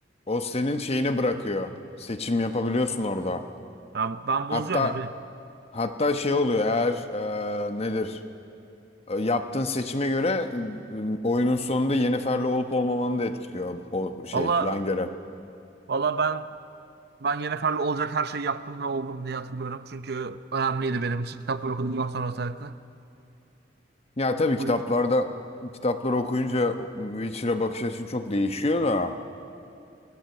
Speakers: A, on the left (about 35°); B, on the right (about 60°).
A: O senin şeyini bırakıyor. Seçim yapabiliyorsun orada.
B: Ya ben
A: Hatta
B: bozuyorum ne bileyim.
A: hatta şey oluyor eğer e, nedir? e, yaptığın seçime göre e, oyunun sonunda Yennefer'le olup olmamanı da etkiliyor o şey
B: Valla
A: yan görev.
B: valla ben ben Yennefer'le olacak her şeyi yaptım ve oldum diye hatırlıyorum. Çünkü önemliydi benim için kitapları okuduktan sonra özellikle.
A: Ya tabii kitaplarda
B: Bu
A: kitapları okuyunca Witcher'a bakış açın çok değişiyor da.